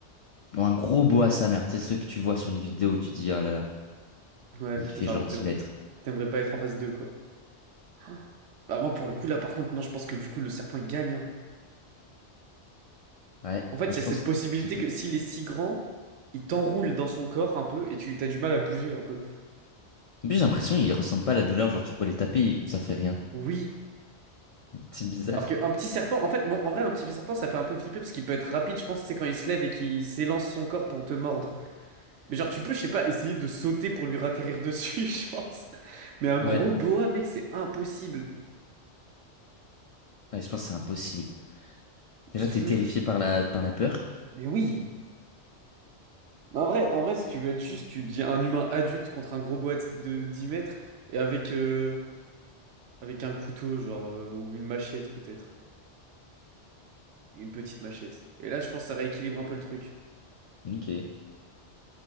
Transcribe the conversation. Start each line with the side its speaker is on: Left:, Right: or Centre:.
Left: Ou un gros boa, sa mère. Tu sais, ceux que tu vois sur les vidéos, où tu dis, ah là là,
Right: Ouais,
Left: il fait
Right: genre,
Left: genre dix
Right: t'aim-
Left: mètres.
Right: t'aimerais pas être en phase 2 quoi. <gasps> Bah, moi, pour le coup, là, par contre, non, je pense que du coup, le serpent, il gagne. hein.
Left: Ouais,
Right: En fait,
Left: moi,
Right: il
Left: je
Right: y a
Left: pense...
Right: cette possibilité
Left: tu peux
Right: que s'il est si grand, il t'enroule dans son corps un peu et tu t'as du mal à bouger un peu.
Left: En plus, j'ai l'impression qu'ils ressentent pas la douleur. Genre, tu pourrais les taper, ils- ça fait rien.
Right: Oui.
Left: <laughs> C'est bizarre.
Right: Alors qu'un petit serpent, en fait, bon, en vrai, un petit serpent, ça fait un peu flipper parce qu'il peut être rapide, je pense, c'est quand il se lève et qu'il s'élance son corps pour te mordre. Mais genre, tu peux, je sais pas, essayer de sauter pour lui ratterrir dessus, <laughs> je pense. Mais un gros
Left: Ouais.
Right: boa, mec, c'est impossible.
Left: Ouais, je pense que c'est impossible. Déjà,
Right: <laughs>
Left: t'es terrifié par la, par la peur.
Right: Mais oui. Non, En vrai, en vrai, si tu veux être juste, tu dis un humain adulte contre un gros boa de 10 mètres et avec, euh, avec un couteau, genre, euh, ou une machette peut-être. Une petite machette. Et là, je pense que ça rééquilibre un peu le truc.
Left: Ok. Ouais,